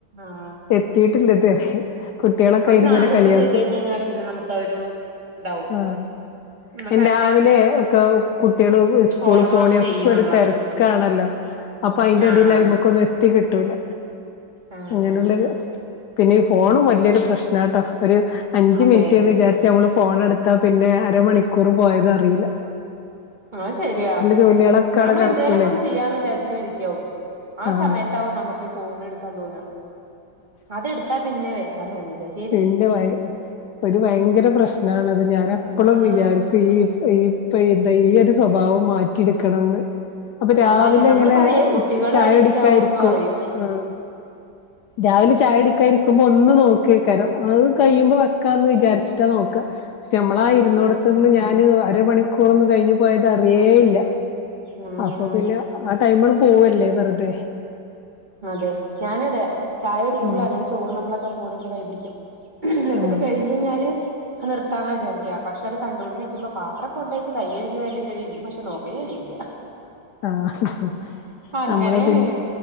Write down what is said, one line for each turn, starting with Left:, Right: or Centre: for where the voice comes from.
Right: ആഹ്
Left: എത്തിട്ടില്ലതുവെരെ കുട്ട്യാളൊക്കയ്ന്ങ്ങനെ
Right: ഒരു നാലൂസം
Left: കളിയാക്കും
Right: ചെയ്ത് കഴിഞ്ഞ് കഴിഞ്ഞാല് പിന്നെ നമുക്ക് അതൊരു ഇതാവും.
Left: ആഹ്
Right: നമ്മള്
Left: അയ്ന്
Right: തന്നെ
Left: രാവിലെ ഒക്കെ കുട്ട്യാള് സ്കൂള്
Right: ഓർമ്മ
Left: പോണയൊക്കൊരു
Right: വന്ന് ചെയ്യും നമ്മളത്
Left: തെരക്കാണല്ലോ അപ്പൊ അയ്ന്റെ
Right: ആഹ്
Left: എടേല് അയ്മക്കൊന്നും എത്തി കിട്ടൂല
Right: ആഹ്
Left: അങ്ങനെള്ളൊരു പിന്നെ ഈ ഫോണും വല്യോരു പ്രശ്നാട്ടോ ഒരു അഞ്ച്
Right: അതെ
Left: മിൻറ്റ്ന്ന് വിചാരിച് ച്ച് നമ്മള് ഫോണ്ട്ത്ത പിന്നെ അരമണിക്കൂറ് പോയതറില്ല
Right: അത് ശരിയാ
Left: ജോലികളൊക്കെ അവിടെ
Right: നമ്മൾ
Left: കിടക്കൂലേ
Right: എന്തേലൊക്കൊന്ന് ചെയ്യാന്ന് വിചാരിച്ചിരിക്ക്യാവും ആ
Left: ആഹ്
Right: സമയത്താവും നമുക്ക് ഫോൺ എടുക്കാൻ തോന്നാ അത് ഇടുത്താ പിന്നെ വെ ക്ക തോന്നീല <unintelligible>
Left: പ്പിന്റെ വൈ ഒരു വയങ്കര പ്രശ്നാണത് ഞാൻ എപ്പളും
Right: ആഹ്
Left: വിചാരിക്കും ഈ ഈ ഇപ്പൊ ഇത ഈ ഒരു സ്വഭാവം മാറ്റിടുക്കണംന്ന് അപ്പൊ
Right: ആഹ്
Left: രാവിലെ
Right: നല്ല നമ്മള്
Left: ഇങ്ങനെ
Right: പറയേ കുട്ടികള്
Left: ചായ
Right: അഡിക്റ്റ്
Left: കുടിക്കായിരിക്കും,
Right: ആവുംന്ന് പറയും
Left: ആഹ് രാവിലെ ചായ കുടിക്കാ ഇരിക്കുമ്പോ ഒന്ന് നോക്ക എയ്ക്കാരം അത് കയുമ്പോ വെക്കാന്ന് വിചാരിച്ചിട്ടാ നോക്ക ക്ഷെ അമ്മളാ
Right: ഉം
Left: ഇരുന്നോട്ത്ത് നിന്ന് ഞാന് അരമണിക്കൂറൊന്നും കഴിഞ്ഞു പോയത് അറിയേയില്ല
Right: ഉം
Left: അപ്പൊ പിന്നെ ആ ടൈമണ് പോവല്ലേ വെറുതെ
Right: അതെ ഞാനു അതെ ചായ കുടിക്കുമ്പളോ
Left: ഉം
Right: അല്ലെങ്കി ചോറുണ്ണുമ്പളൊക്കെ ഫോണിങ്ങനെ കയ്യ് പിടിക്കും ഇന്നട്ട്ത്
Left: ആഹ്
Right: കഴിഞ്ഞ് കഴിഞ്ഞാല് നിർത്താന്ന വിചാരിക്ക പക്ഷെ അത് കണ്ടുകൊണ്ടിരിക്കുമ്പോ പാത്രംക്ക കൊണ്ടഴിച്ച് കൈ കഴുകിവര <unintelligible> പക്ഷെ നോക്കല് കഴിയില്ല
Left: ആഹ്
Right: അങ്ങനേണ്
Left: നമ്മള് പിന്നെ